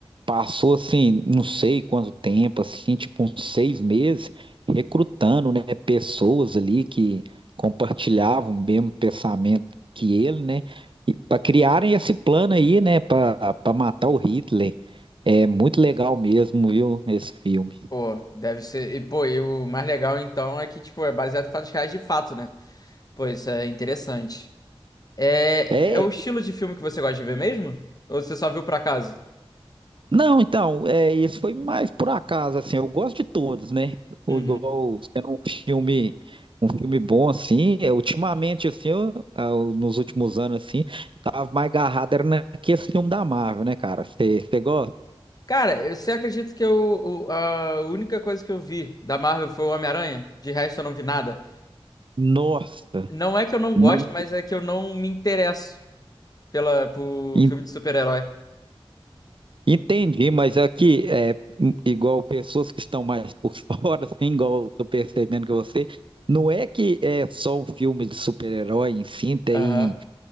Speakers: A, on the right; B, on the left.
A: passou, assim, não sei quanto tempo, assim, tipo uns seis meses, recrutando, né, pessoas ali que compartilhavam o mesmo pensamento que ele, né? E para criarem esse plano aí, né, para para matar o Hitler. É muito legal mesmo, viu, esse filme.
B: Pô, deve ser. E, pô, e o mais legal então é que, tipo, é baseado em fatos reais de fato, né? Pô, isso é interessante. É,
A: É,
B: é o estilo de filme que você gosta de ver mesmo? Ou você só viu por acaso?
A: Não, então, é, esse foi mais por acaso, assim, eu gosto de todos, né? O,
B: Uhum.
A: igual sendo um filme, um filme bom, assim, é, ultimamente, assim, eu, ah, eu- nos últimos anos, assim, eu tava mais agarrado, era naquele filme da Marvel, né, cara? Você gosta?
B: Cara, eu- você acredita que eu, o- a única coisa que eu vi da Marvel foi o Homem-Aranha? De resto, eu não vi nada.
A: Nossa,
B: Não é que eu não
A: não.
B: goste, mas é que eu não me interesso pela, por
A: en-
B: filme de super-herói.
A: Entendi, mas aqui, é, hum, igual pessoas que estão mais por <laughs> fora, assim, igual eu tô percebendo que você, não é que é só um filme de super-herói em si, tem.
B: Aham.